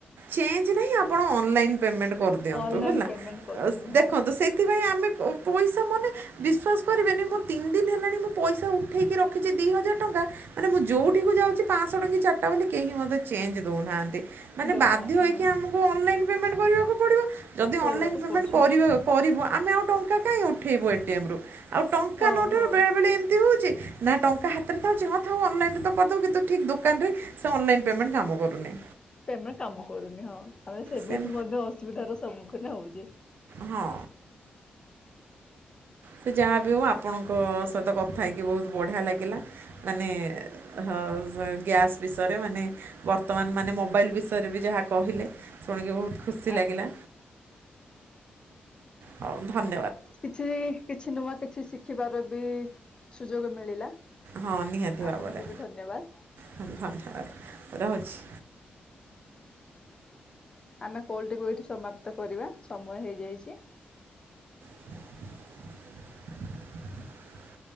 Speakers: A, on the right; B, on the left.
A: ଚେଞ୍ଜ ନାହିଁ ଆପଣ ଅନଲାଇନ୍ ପେମେଣ୍ଟ କରିଦିଅନ୍ତୁ
B: ଅନଲାଇନ
A: ହେଲା
B: ପେମେଣ୍ଟ କରନ୍ତୁ ହଁ
A: ଦେଖନ୍ତୁ ସେଇଥିପାଇଁ ଆମେ ପଇସା ମାନେ ବିସ୍ୱାସ କରିବେନି ମୁଁ ତିନି ଦିନ ହେଲାଣି ମୁଁ ପଇସା ଉଠେଇକି ରଖିଛି ଦିଇ ହଜାର ଟଙ୍କା। ମାନେ ମୁଁ ଯୋଉଠିକୁ ଯାଉଚି ପାଞ୍ଚଶହ ଟଙ୍କି ଚାରିଟା ବୋଲି କେହି ମୋତେ ଚେଞ୍ଜ ଦେଉନାହାନ୍ତି। ମାନେ
B: ଦଉନାହାନ୍ତି
A: ବାଧ୍ୟ ହୋଇକି
B: ହଁ
A: ଆମକୁ ଅନଲାଇନ୍ ପେମେଣ୍ଟ କରିବାକୁ ପଡ଼ିବ ଯଦି
B: କରିବାକୁ
A: ଅନଲାଇନ୍ ପେମେଣ୍ଟ
B: ପଡୁଛି
A: କରିବ
B: ହଁ
A: କରିବୁ ଆମେ ଆଉ ଟଙ୍କା କାହିଁ ଉଠେଇବୁ ଏ ଟି ଏମ ରୁ ଆଉ ଟଙ୍କା
B: ହଁ
A: ନଉଠାରୁ
B: ହଁ
A: ବେଳେବେଳେ ଏମ ଏମିତି ହୋଉଛି ନା ଟଙ୍କା ହାତରେ ଥାଉଛି ହଁ ଥାଉ ଅନଲାଇନ୍ରରେ ତ କରିଦେଉ କିନ୍ତୁ ଠିକ୍ ଦୋକାନରେ ସେ ଅନଲାଇନ ପେମେଣ୍ଟ କାମ କରୁନି।
B: ପେମେଣ୍ଟ କାମ କରୁନି ହଁ ଆମେ ସେମିତି
A: ସେମ
B: ମଧ୍ୟ ଅସୁବିଧାର ସମ୍ମୁଖୀନ ହୋଉଚେ।
A: ହଁ। ସେ ଯାହା ବିି ହଉ ଆପଣଙ୍କ ସହିତ କଥା ହେଇକି ବହୁତ ବଢ଼ିଆ ଲାଗିଲା। ମାନେ ହ ଜ ଗ୍ୟାସ୍ ବିଷୟରେ ମାନେ ବର୍ତ୍ତମାନ ମାନେ ମୋବାଇଲ ବିଷୟରେ ବି ଯାହା କହିଲେ ଶୁଣିକି ବହୁତ ଖୁସି
B: ଆଜ୍ଞା।
A: ଲାଗିଲା। ହଉ ଧନ୍
B: କିଛି କିଛି ନୂଆ କିଛି ଶିଖିବାର ବି ସୁଯୋଗ ମିଳିଲା।
A: ହଁ ନିହାତି ଭାବରେ
B: ଆପଣଙ୍କୁ ବି ଧନ୍ୟବାଦ
A: ହୁଁ ଧନ୍ୟବାଦ ରହୁଛି।
B: ଆମେ କୋଲ ଟିକୁୁ ଏଇଠି ସମାପ୍ତ କରିବା ସମୟ ହେଇଯାଇଚି।
A: <inaudible>